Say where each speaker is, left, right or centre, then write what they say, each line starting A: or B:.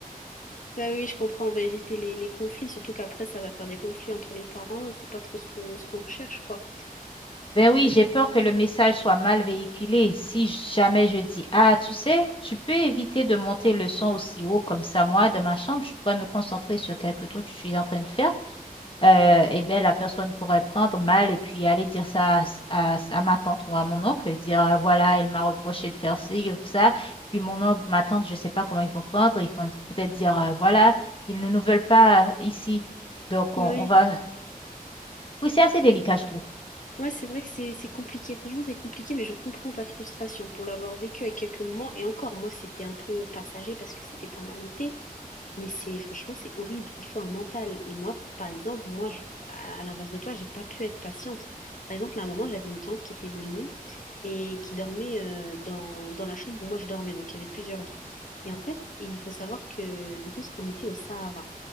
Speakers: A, on the left; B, on the left.
A: Ah oui, oui, je comprends, on va éviter les, les conflits, surtout qu'après, ça va faire des conflits entre les parents et c'est pas trop ce qu'on ce qu'on recherche, quoi.
B: Ben oui, j'ai peur que le message soit mal véhiculé. Si jamais je dis, ah, tu sais, tu peux éviter de monter le son aussi haut comme ça, moi, de ma chambre, je pourrais me concentrer sur quelques trucs que je suis en train de faire euh, eh ben, la personne pourrait prendre mal et puis aller dire ça à, à- à ma tante ou à mon oncle, et dire euh, voilà, elle m'a reproché de faire ci, ça. Puis mon oncle, ma tante, je ne sais pas comment ils vont prendre. Ils vont peut-être dire euh, voilà, ils ne nous veulent pas euh, ici. Donc on,
A: Oui,
B: on va. Oui, c'est assez délicat, je trouve.
A: ouais, c'est vrai que c'est c'est compliqué, franchement, c'est compliqué, mais je comprends ta frustration pour l'avoir vécu à quelques moments. Et encore, moi, c'était un peu passager parce que c'était pendant l'été, mais c'est franchement, c'est horrible, il faut un mental. Et moi, par exemple, moi, je, à, à l'inverse de toi, j'ai pas pu être patiente. Par exemple, à un moment, j'avais une tante qui était venue. et qui dormait euh, dans, dans la chambre où moi je dormais. Donc il y avait plusieurs lits. Et en fait, il faut savoir que du coup, on était au Sahara.